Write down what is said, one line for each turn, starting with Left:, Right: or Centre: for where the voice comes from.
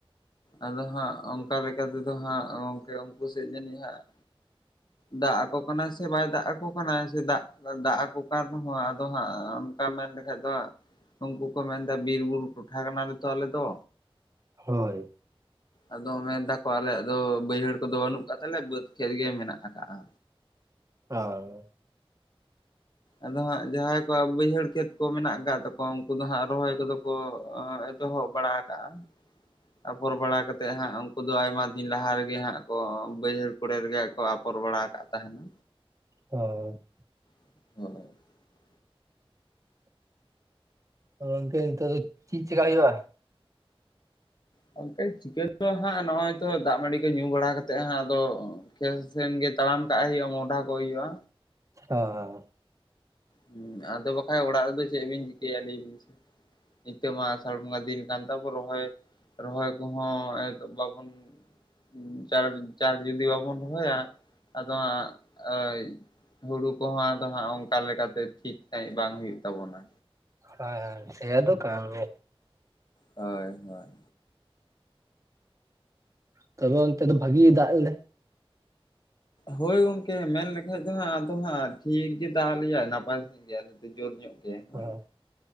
Left: ᱟᱫᱚ ᱦᱟᱸᱜ ᱚᱱᱠᱟ ᱞᱮᱠᱟ ᱛᱮᱫᱚ ᱦᱟᱸᱜ ᱜᱚᱝᱠᱮ ᱩᱱᱠᱩ ᱥᱮᱡ ᱡᱟᱱᱤᱡ ᱦᱟᱸᱜ ᱫᱟᱜ ᱟᱠᱚ ᱠᱟᱱᱟᱭ ᱥᱮ ᱵᱟᱭ ᱫᱟᱜ ᱟᱠᱚ ᱠᱟᱱᱟ, ᱥᱮ ᱫᱟᱜ ᱫᱟᱜ ᱟᱠᱚ ᱠᱟᱱ ᱨᱮᱦᱚᱸ ᱟᱫᱚ ᱦᱟᱸᱜ ᱚᱱᱠᱟ ᱢᱮᱱ ᱞᱮᱠᱷᱟᱡ ᱫᱚ ᱩᱱᱠᱩ ᱠᱚ ᱢᱮᱱᱫᱟ ᱵᱤᱨ ᱵᱩᱨᱩ ᱴᱚᱴᱷᱟ ᱠᱟᱱᱟᱞᱮ ᱛᱚ ᱟᱞᱮ ᱫᱚ᱾
Right: ᱦᱳᱭ
Left: ᱟᱫᱚ ᱢᱮᱱ ᱫᱟᱠᱚ ᱟᱞᱮᱭᱟᱜ ᱫᱚ ᱵᱟᱹᱭᱦᱟᱹᱲ ᱠᱚᱫᱚ ᱵᱟᱹᱱᱩᱜ ᱟᱠᱟᱫ ᱛᱟᱞᱮᱭᱟ ᱵᱟᱹᱫᱽ ᱠᱷᱮᱛ ᱜᱮ ᱢᱮᱱᱟᱜ ᱟᱠᱟᱜᱼᱟ
Right: ᱦᱳᱭ
Left: ᱟᱫᱚ ᱦᱟᱸᱜ ᱡᱟᱦᱟᱸ ᱚᱠᱟ ᱵᱟᱹᱭᱦᱟᱹᱲ ᱠᱷᱮᱛ ᱠᱚ ᱢᱮᱱᱟᱜ ᱟᱠᱟᱫ ᱛᱟᱠᱚᱣᱟ ᱩᱱᱠᱩ ᱫᱚ ᱦᱟᱸᱜ ᱨᱚᱦᱚᱭ ᱠᱚᱫᱚ ᱠᱚ ᱮᱛᱚᱦᱚᱵ ᱵᱟᱲᱟ ᱠᱟᱜᱼᱟ ᱟᱯᱚᱨ ᱵᱟᱲᱟ ᱠᱟᱛᱮᱫ ᱦᱟᱸᱜ ᱩᱱᱠᱩ ᱫᱚ ᱟᱭᱢᱟ ᱫᱤᱱ ᱞᱟᱦᱟ ᱨᱮᱜᱮ ᱦᱟᱸᱜ ᱠᱚ ᱵᱟᱹᱭᱦᱟᱹᱲ <unintelligible> ᱮᱨᱜᱮ ᱠᱚ ᱟᱯᱚᱨ ᱵᱟᱲᱟ ᱟᱠᱟᱫ ᱛᱟᱦᱮᱱᱟ
Right: ᱦᱚᱭ
Left: <unintelligible>
Right: ᱜᱚᱝᱠᱮ ᱱᱤᱛᱚᱜ ᱫᱚ ᱪᱤᱫ ᱪᱤᱠᱟ ᱦᱩᱭᱩᱜ -ᱟ
Left: ᱜᱚᱝᱠᱮ ᱪᱤᱠᱟᱹ ᱫᱚ ᱦᱟᱸᱜ ᱱᱚᱜᱼᱚᱭ ᱛᱚ ᱫᱟᱜ ᱢᱟᱰᱤ ᱠᱚ ᱧᱩ ᱵᱟᱲᱟ ᱠᱟᱛᱮᱜ ᱦᱟᱸᱜ ᱟᱫᱚ ᱠᱷᱮᱛ ᱥᱮᱱ ᱜᱮ ᱛᱟᱲᱟᱢ ᱠᱟᱜ ᱦᱩᱭᱩᱜᱼᱟ ᱢᱚᱦᱰᱟ ᱠᱚᱜ ᱦᱩᱭᱩᱜᱼᱟ
Right: ᱦᱚ ᱦᱚ ᱦᱚ
Left: ᱦᱢᱸ ᱟᱫᱚ ᱵᱟᱠᱷᱟᱡ ᱚᱲᱟᱜ ᱨᱮᱫᱚ ᱪᱮᱫ ᱵᱤᱱ ᱪᱤᱠᱟᱹᱭᱟ ᱞᱟᱹᱭ ᱵᱤᱱ ᱥᱮ ᱱᱤᱛᱚᱜ ᱢᱟ ᱟᱥᱟᱲ ᱵᱚᱸᱜᱟ ᱫᱤᱱ ᱠᱟᱱ ᱛᱟᱵᱚ ᱨᱚᱦᱚᱭ ᱨᱚᱦᱚᱭ ᱠᱚᱦᱚᱸ ᱮᱠ ᱵᱟᱵᱚᱱ ᱦᱩᱸ ᱪᱟᱲ ᱪᱟᱲ ᱡᱩᱫᱤ ᱵᱟᱵᱚᱱ ᱨᱚᱦᱚᱭᱟ ᱟᱫᱚ ᱦᱟᱸᱜ ᱟᱹᱭ ᱦᱩᱲᱩ ᱠᱚᱦᱚᱸ ᱟᱫᱚ ᱦᱟᱸᱜ ᱚᱱᱠᱟ ᱞᱮᱠᱟᱛᱮ ᱴᱷᱤᱠ ᱥᱟᱺᱦᱤᱡ ᱵᱟᱝ ᱦᱩᱭᱩᱜ ᱛᱟᱵᱚᱱᱟ
Right: ᱦᱳᱭ ᱥᱮᱭ ᱟᱫᱚ ᱠᱟᱱ ᱜᱮᱭᱟ ᱾
Left: ᱦᱚᱭ ᱦᱚᱭ
Right: ᱛᱚᱵᱮ ᱚᱱᱛᱮ ᱫᱚ ᱵᱷᱟᱜᱤ ᱜᱮ ᱫᱟᱜ ᱞᱮᱫᱟᱭ
Left: ᱦᱳᱭ ᱜᱚᱢᱠᱮ ᱢᱮᱱᱞᱮᱠᱷᱟᱡ ᱫᱚ ᱦᱟᱸᱜ ᱟᱫᱚ ᱦᱟᱸᱜ ᱴᱷᱤᱠ ᱜᱮ ᱫᱟᱜ ᱟᱞᱮᱭᱟ ᱱᱟᱯᱟᱭ ᱥᱟᱺᱦᱤᱡ ᱫᱤᱭᱮ ᱟᱞᱮ ᱫᱚ ᱡᱳᱨ ᱧᱚᱜ ᱜᱮ ᱦᱳᱭ
Right: ᱚᱦᱚ